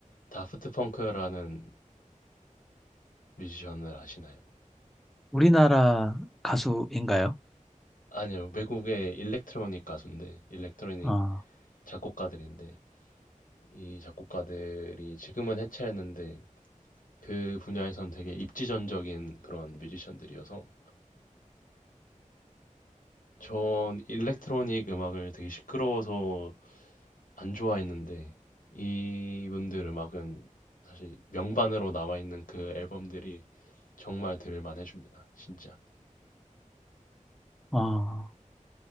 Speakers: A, on the left; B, in the centre.
A: 다프트 펑크라는 뮤지션을 아시나요?
B: 우리나라 가수인가요?
A: 아니요, 외국의 일렉트로닉 가수인데, 일렉트로닉
B: 아,
A: 작곡가들인데, 이 작곡가들이 지금은 해체했는데, 그 분야에선 되게 입지전적인 그런 뮤지션들이어서, 전 일렉트로닉 음악을 되게 시끄러워서 안 좋아했는데, 이분들 음악은 사실 명반으로 나와 있는 그 앨범들이 정말 들을만 해줍니다, 진짜.
B: 아.